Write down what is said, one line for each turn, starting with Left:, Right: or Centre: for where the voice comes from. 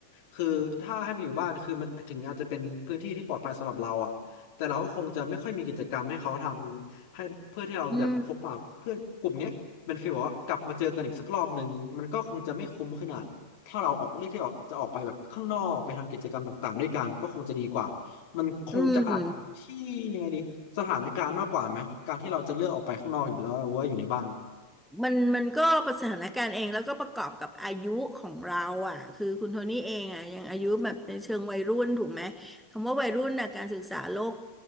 Left: คือถ้าให้ไปอยู่บ้านคือมันถึงอาจจะเป็นพื้นที่ที่ปลอดภัยสำหรับเราอ่ะแต่เราก็คงจะไม่ค่อยมีกิจกรรมให้เขาทำให้เพื่อที่เราแบบพบปะเพื่อนกลุ่มเนี้ยเป็นฟีลแบบว่ากลับมาเจอกันอีกสักรอบหนึ่งมันก็คงจะไม่คุ้มขนาด
Centre: อืม
Left: ถ้าเราออกเลือกที่ออกจะออกไปแบบข้างนอกไปทำกิจกรรมต่างๆด้วยกันก็คงจะดีกว่า มันคงจะอาจอยู่ที่ยังไงดีสถานการณ์มากกว่าไหมการที่เราจะเลือกออกไปข้างนอกอยู่แล้วหรือว่าอยู่ในบ้าน
Centre: อืม มันมันก็ประสถานการณ์เองแล้วก็ประกอบกับอายุของเราอ่ะคือคุณโทนี่เองอ่ะยังอายุแบบในเชิงวัยรุ่นถูกไหมคำว่าวัยรุ่นน่ะการศึกษาโลก